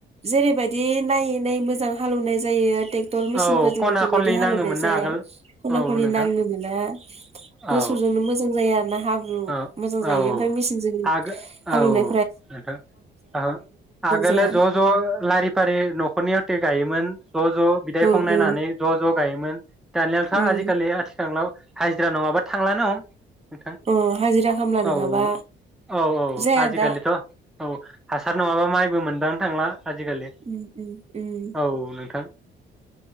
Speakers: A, on the right; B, in the centre.
A: जेरैबायदि नायै नायै मोजां हालोवनाय जायो। टेक्टर मेसिनफोरजों
B: औ खना
A: बेफोरबायदि
B: खनलि
A: हालौवनाय
B: नाङोमोन
A: जाया
B: ना आगोल
A: खना
B: औ
A: खनि
B: नोंथां
A: नांनो मोना मोसौजोंनो
B: औ
A: मोजां जाया आरोना हाब्रु
B: औ
A: मोजां
B: औ
A: जायो ओमफाय मेचिनजों
B: आगो
A: हालौवनाय
B: औ नोंथां ओ आगोलो
A: जाया
B: ज' ज' लारि फारि न'खरनिया ते गायोमोन। ज' ज' बिदा बिफं
A: उम
B: नायनानै
A: उम
B: ज' ज' गायोमोन दानियाथ'
A: उम
B: आजिखालि आथिखालाव हाजिरा नङाबा थांलानो हम
A: अ हाजिरा खामला
B: औ
A: नङाबा
B: औ औ
A: जाया
B: आजिखालिथ'
A: दा
B: औ हासार नङाबा माइबो मोनदांनो थांला। आजिखालि
A: उम उम उम
B: औ नोंथां।